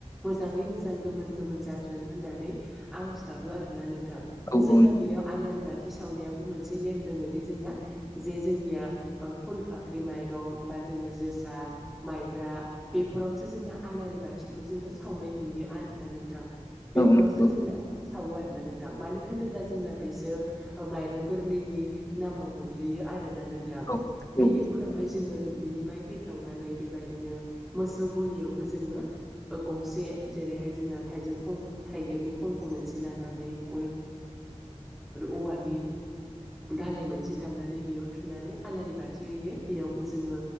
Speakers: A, in the centre; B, on the left (about 25°).
A: मोजाङै मोजां गोमोन गोमोन जाथों होननानै आर'ज गाबो आरोना नोंथां
B: औ
A: जोंना
B: औ
A: बेयाव आलारि बाथि सावनायावबो मोनसे नेम दोङो जे जोंना जे जोंनिया ओ फुल फाख्रि माइरं बा जोङो जोसा माइब्रा बेफोरावसो जोंना आलारि बाथिखौ जोङो सावनाय नुयो आरोना नोंथां। बेफोरावसो
B: नंगौ औ
A: जोंना सावो आरोना नोंथां मानो होनोब्ला जोंना बेसो ओ माइरं गोरलैनि नामाव गोग्लैयो आरोना नों थां
B: औ
A: बेनि
B: औ नंगौ
A: उनावहाय जोङो दुब्लिनि फ्राय फैखांनानै बेबायदिनो मोसौ गलियावबो जोङो ओ गंसे जेरैहाय जोंना थाइजौ खं थाइगिरनि खंखौ मोनसे लानानै <unintelligible> ओ औवानि दालाय मोनसे दाननानै बेयाव थुनानै आलारि बाथि होयो बेयावबो जोङो